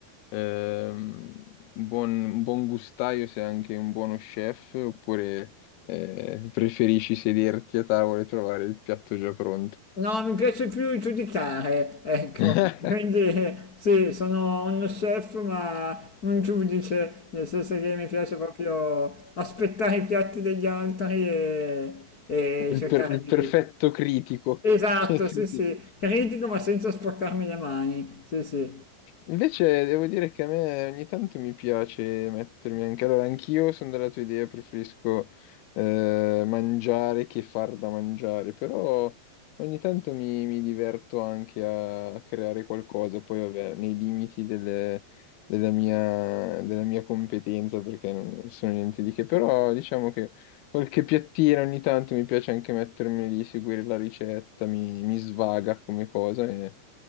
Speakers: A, on the left (about 75°); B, on the left (about 40°).
A: ehm, un buon, un buon gustaio, sei anche un buono chef, oppure eh, preferisci sederti a tavola e trovare il piatto già pronto?
B: No, mi piace più giudicare, ecco,
A: <laughs>
B: quindi eh, sì, sono uno chef ma un giudice, nel senso che mi piace proprio aspettare i piatti degli altri e, e
A: Il,
B: cercare
A: per- il
B: di...
A: perfetto critico.
B: Esatto,
A: <laughs> Critico.
B: sì, sì, critico ma senza sporcarmi le mani, sì, sì.
A: Invece devo dire che a me ogni tanto mi piace mettermi anche, allora anch'io sono della tua idea, preferisco eh, mangiare che far da mangiare, però ogni tanto mi, mi diverto anche a, a creare qualcosa, poi vabbè, nei limiti delle- della mia, della mia competenza, perché non sono niente di che, però diciamo che qualche piattina ogni tanto mi piace anche mettermi lì, seguire la ricetta, mi, mi svaga come cosa. e